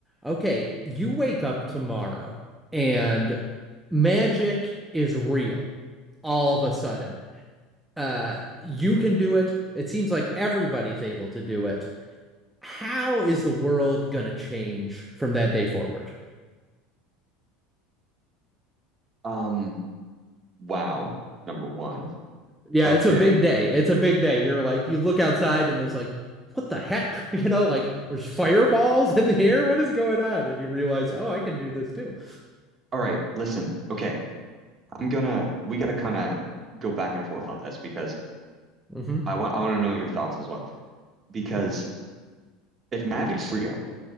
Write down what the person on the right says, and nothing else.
Um, wow, number one.
Okay.
All right, listen. Okay. I'm gonna we gotta kind of go back and forth on this because
I want I want to know your thoughts as well. Because if magic's real